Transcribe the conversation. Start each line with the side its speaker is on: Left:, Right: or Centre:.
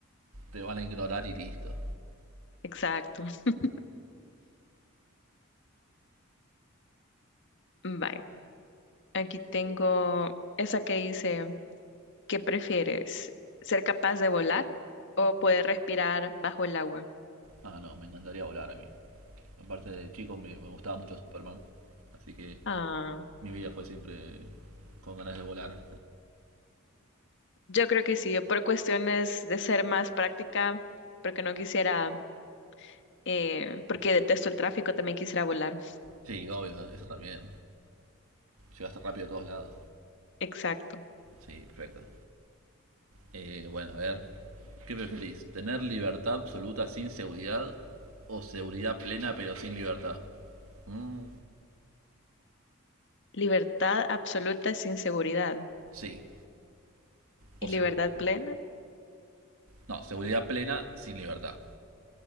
Right: te van a ignorar y listo.
Left: exacto. <laughs> Bye. Aquí tengo esa que dice, ¿qué prefieres? ¿Ser capaz de volar o poder respirar bajo el agua?
Right: Ah, no, me encantaría volar a mí. Aparte de chico, me, me gustaba mucho Superman. Así que
Left: Ah,
Right: mi vida fue siempre con ganas de volar.
Left: yo creo que sí, yo por cuestiones de ser más práctica, porque no quisiera, eh, porque detesto el tráfico, también quisiera volar.
Right: Sí, obvio, eso también. Llegaste rápido a todos lados.
Left: Exacto.
Right: Sí, perfecto. Eh, bueno, a ver. ¿Qué preferís? ¿Tener libertad absoluta sin seguridad o seguridad plena pero sin libertad? Mm,
Left: Libertad absoluta sin seguridad
Right: sí, o
Left: y
Right: seguridad.
Left: libertad plena
Right: No, seguridad plena sin libertad.